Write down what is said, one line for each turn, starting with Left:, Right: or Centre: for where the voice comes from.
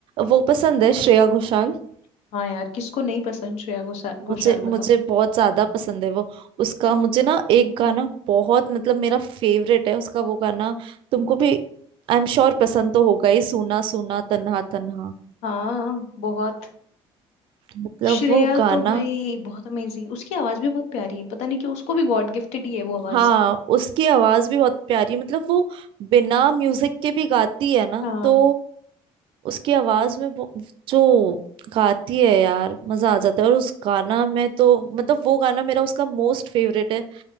Right: वो पसंद है श्रेया घोषाल
Left: <laughs> हाँ यार किसको नहीं पसंद श्रेया घोषाल
Right: मुझे
Left: घोषाल बताओ
Right: मुझे बहुत ज्यादा पसंद है वो उसका मुझे ना एक गाना बहुत मतलब मेरा फेवरेट है उसका वो गाना तुमको भी आई एम श्योर पसंद तो होगा ही सूना सूना तन्हा तन्हा
Left: हाँ बहुत
Right: मतलब
Left: श्रेया
Right: वो गाना
Left: तो भाई बहुत अमेजिंग उसकी आवाज भी बहुत प्यारी है पता नहीं क्यों उसको भी गॉड गिफ्टेड ही है वो आवाज
Right: हाँ उसकी आवाज भी बहुत प्यारी मतलब वो बिना म्यूजिक के भी गाती है ना
Left: हाँ
Right: तो उसकी आवाज में वो- जो गाती है यार मजा आ जाता है और उस गाना में तो मतलब वो गाना मेरा उसका मोस्ट फेवरेट है